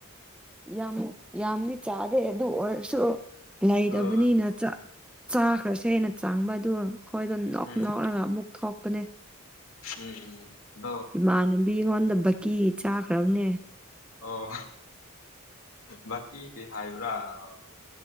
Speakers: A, in the centre; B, on the left (about 70°).
A: ꯌꯥꯝ ꯌꯥꯝꯗꯤ ꯆꯥꯗꯦ ꯑꯗꯨ ꯑꯣꯏꯔꯁꯨ ꯂꯩꯗꯕꯅꯤꯅ
B: ꯑꯣ
A: ꯆꯥ ꯆꯥꯈ꯭ꯔꯁꯦꯅ ꯆꯪꯕꯗꯣ ꯑꯩꯈꯣꯏꯗꯣ ꯅꯣꯛ
B: ꯎꯝ
A: ꯅꯣꯛꯂꯒ ꯑꯃꯨꯛ ꯊꯣꯛꯄꯅꯦ
B: ꯎꯝ ꯎꯝ ꯑꯗꯣ
A: ꯏꯃꯥꯟꯅꯕꯤ ꯉꯣꯟꯗ ꯕꯛꯀꯤ ꯆꯥꯈ꯭ꯔꯕꯅꯦ
B: ꯑꯣ ꯚꯀꯤꯒꯤ ꯍꯥꯏꯕ꯭ꯔꯥ ꯑꯣ